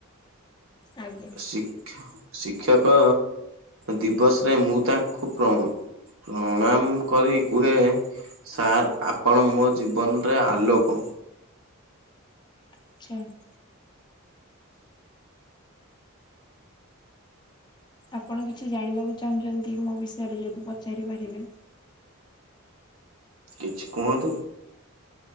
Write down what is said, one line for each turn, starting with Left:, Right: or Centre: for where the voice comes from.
Left: ଆଜ୍ଞା
Right: ଶିକ୍ଷକ ଦିବସରେ ମୁଁ ତାଙ୍କୁ ପ୍ରଣାମ କରି କୁହେ ସାର ଆପଣ ମୋ ଜୀବନରେ ଆଲୋକ।
Left: ହ <unintelligible> ଆପଣ କିଛି ଜାଣିବାକୁ ଚାହୁଁଛନ୍ତି ମୋ ବିଷୟରେ ଯଦି ପଚାରି ପାରିବେ?
Right: କିଛି କୁହନ୍ତୁ?